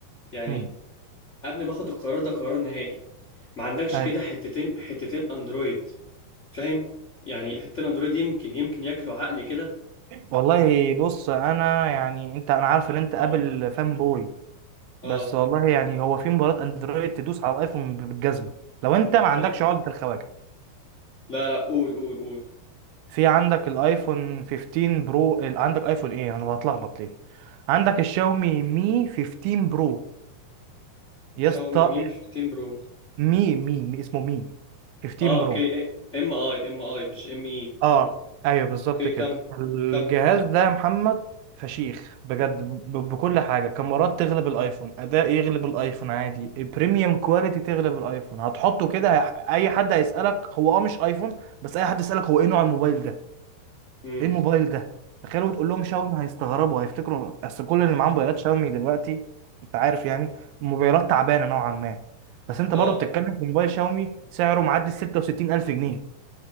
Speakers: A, on the left (about 55°); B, on the right (about 80°).
A: يعني
B: امم
A: قبل ما اخد القرار ده قرار نهائي ما عندكش
B: اي
A: كده حتتين حتتين اندرويد فاهم يعني حتتين اندرويد يمكن يمكن ياكلوا عقلي كده
B: والله بص انا يعني انت انا عارف ان انت ابل فان بوي
A: اه
B: بس والله يعني هو في مباراه اندرويد تدوس على الايفون بالجزمه لو انت ما عندكش
A: طب
B: عقده الخواجه
A: لا لا قول قول قول
B: في عندك الايفون 15 برو ال- عندك ايفون ايه انا بتلخبط ليه عندك الشاومي مي 15 برو يا
A: شاومي
B: اسطى
A: ميم 15 برو
B: مي مي مي اسمه مي 15
A: اه اوكي
B: برو
A: إيه. ام اي ام اي مش ام اي
B: اه ايوه بالظبط
A: اوكي
B: كده
A: كم
B: الجهاز
A: كمل
B: ده يا محمد فشيخ بجد ب- بكل حاجه كاميرات تغلب الايفون اداء يغلب الايفون عادي البريميوم كواليتي تغلب الايفون هتحطه كده هي- اي حد هيسالك هو اه مش ايفون بس اي حد يسالك هو ايه نوع الموبايل ده
A: امم
B: ايه الموبايل ده تخيلوا تقول لهم شاومي هيستغربوا هيفتكروا اصل كل اللي معاه موبايلات شاومي دلوقتي انت عارف يعني موبايلات تعبانه نوعا ما بس انت
A: اه
B: برضه بتتكلم في موبايل شاومي سعره معدي ال 66 الف جنيه